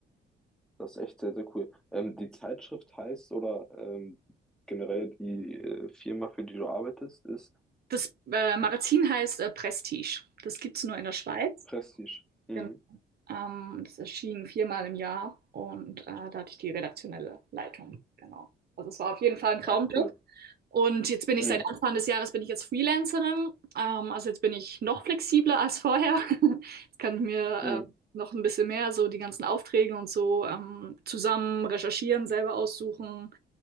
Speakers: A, in the centre; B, on the right.
A: das ist echt sehr, sehr cool. Ähm, die Zeitschrift heißt oder ähm, generell die äh, Firma, für die du arbeitest, ist
B: Das äh, Magazin heißt äh, Prestige. Das gibt's nur in der Schweiz.
A: Prestige. Mhm.
B: Genau. Ähm, das erschien viermal im Jahr und äh, da hatte ich die redaktionelle Leitung. Genau. Also es war auf jeden Fall ein Traumjob.
A: Ach, cool.
B: Und jetzt bin ich
A: Mhm.
B: seit Anfang des Jahres bin ich jetzt Freelancerin. Ähm, also jetzt bin ich noch flexibler als vorher. <laughs> Jetzt kann ich mir
A: Mhm.
B: äh, noch ein bisschen mehr so die ganzen Aufträge und so ähm, zusammen recherchieren, selber aussuchen.